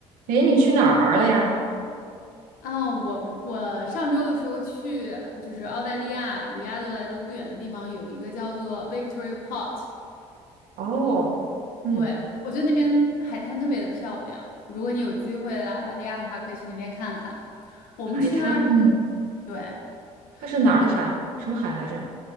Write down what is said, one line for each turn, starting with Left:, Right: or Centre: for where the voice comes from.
Right: 诶，你去哪儿玩了呀？
Left: 啊，我们我上周的时候去，就是澳大利亚离阿德莱德不远的地方，有一个叫做 v i c t o r y Port。
Right: 哦，
Left: 我们
Right: 嗯，
Left: 对我觉得那边海滩特别的漂亮，如果你有机会来澳大利亚的话，可以去那边看看。我们去那儿的时候，
Right: 海滩，嗯，
Left: 对，
Right: 它是哪儿的海？
Left: 我们去，
Right: 什么海来着？